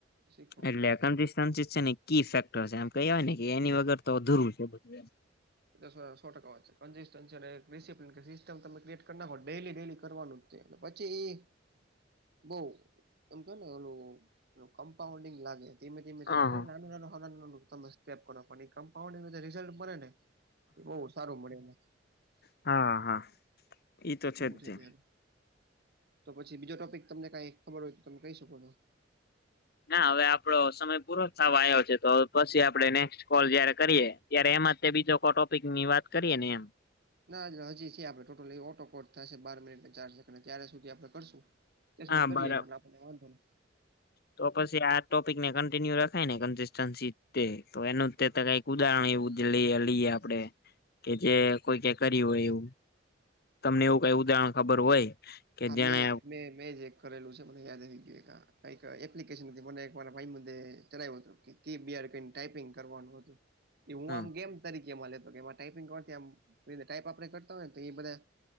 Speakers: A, on the right (about 60°); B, on the left (about 55°).
A: શીખવા
B: એટલે
A: મળશે
B: કન્સિસ્ટન્સી છે ને કી ફેક્ટર છે એમ કેહવાય ને કે એની વગર તો અધુરું છે બધું એમ.
A: એ સોય સો ટકા વાત છે. કંસિસ્ટનસી અને એ રિસપ્ન સિસ્ટમ તમે ક્રિએટ કર નાખો. ડેઈલી ડેલી કરવાનું કે પછી એ બઉ એમ કેને એનું કમ્પાઉન્ડિંગ લાગે ધીમે ધીમે ધીમે
B: હા
A: પણ નાનું નાનું <inaudible> તમે સ્ટેપ કરો પણ એ કમ્પાન્ રિઝલ્ટ મળે ને બહુ સારું મળે એમાં.
B: હા હા. ઈ તો
A: એવું
B: જ
A: છે
B: તે
A: ત્યાં એમ. તો પછી બીજો ટોપિક તમને કઈ ખબર હોય તો તમે કહી શકો છો.
B: ના હવે આપડો સમય પૂરો થવા આવ્યો છે, તો પછી આપડે નેક્સ્ટ કોલ જયારે કરીએ ત્યારે એમાં તે બીજો કો ટોપિકની વાત કરીએ ને એમ.
A: ના હજી છે આપડે ટોટલ એ ઓટો કોટ થશે બાર મિનિટ ને ચાર સેકન્ડ ત્યાર સુધી આપડે કરશું ત્યાં સુધી
B: હા
A: કરીએ
B: બરાબર
A: એમ આપણને વાંધો નય.
B: તો પછી આ ટોપિકને કન્ટિન્યુ રખાય ને કન્સસ્ટન્સી તે તો એનું તે કય ઉદાહરણ એવું લઈ લઈએ આપડે, કે જે કોઈ કે કર્યું હોય એવું. તમને એવું કઈ ઉદાહરણ ખબર હોય કે
A: આ
B: જેને
A: મેં મેં મેં જે કરેલું છે મને યાદ આવી ગયું કાઈ કંઈક એપ્લિકેશન મને મારા ભાઈબધે ચલાય્યું હતું કે ટીબીઆર કરીન ટાઈપિંગ કરવાનું હતું એ હું
B: હમ
A: આમ ગેમ તરીકે એમાં <unintelligible> લેમાં ટાઈપિંગમ ટાઈપ આપણે કરતા હોય ને તો એ બધા